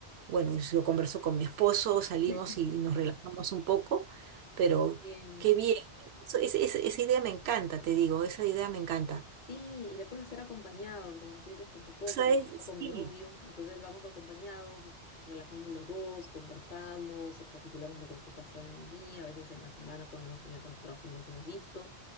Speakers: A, on the right; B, on the left.
A: bueno, yo converso con mi esposo, salimos
B: <laughs>
A: y y nos relajamos un poco, pero
B: Bien.
A: qué bien. Eso- es- es- esa idea me encanta, te digo, esa idea me encanta.
B: Sí, y le puedes hacer acompañado, como tú dices, con tu esposo,
A: ¿Sabes?
B: con mi hijo, con mi
A: Sí.
B: novio. Entonces vamos acompañados, nos relajamos los dos, conversamos, recapitulamos lo que nos ha pasado en el día, a veces en la semana cuando hemos tenido tanto trabajo y no nos hemos visto.